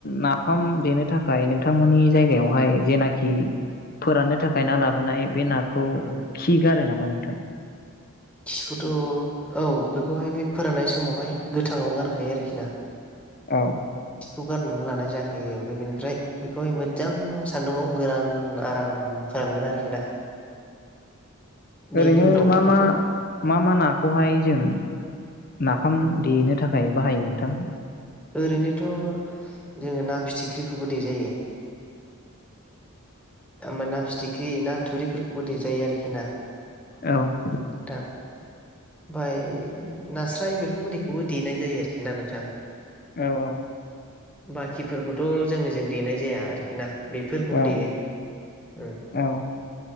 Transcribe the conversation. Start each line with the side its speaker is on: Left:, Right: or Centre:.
Left: नाफाम देनो थाखाय नोंथांमोननि जायगायावहाय जेनाखि फोराननो थाखाय ना लाबोनाय बे ना खौ
Centre: उम
Left: खि गारो नामा? नोंथां
Centre: खिखौथ' औ बेखौहाय बे फोराननाय समावहाय गोथाङाव गारखायो आरोखि ना?
Left: औ
Centre: खौ गारनानै लानाय जाखायो ओमफाय बेनिफ्राय बेखौहाय मोजां सान्दुंआव गोरान आराम फोरानगोन आरोखि ना? बेनि
Left: ओरैनो
Centre: उनावहाय
Left: मा
Centre: बेखौ
Left: मा मा मा नाखौहाय जों नाफाम देनो थाखाय बाहायो नोंथां?
Centre: ओरैनोथ' जोङो ना फिथिख्रिखौबो देजायो मा ना फिथिख्रि ना थुरिफोरखौबो देजायो आरोखि ना
Left: औ
Centre: नोंथां ओमफाय नास्राय बेफोरबायदिखौबो देनाय जायो आरोखि ना नोंथां
Left: औ औ
Centre: बाखिफोरखौथ' जोंनिजों देनाय जाया आरोखि ना बेफोरखौनो
Left: औ
Centre: देयो ओ
Left: औ